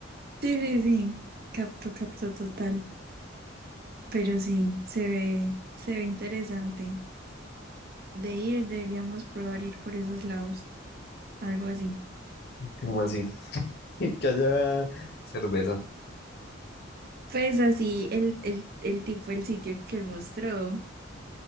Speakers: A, on the right; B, on the left.
A: Sí, sí, sí, capto, capto total. Pero sí, se ve, se ve interesante. De ir, deberíamos probar ir por esos lados, algo así.
B: ¿Cómo así? <laughs> Que haya cerveza.
A: Pues así, el, el, el tipo, el sitio que él mostró.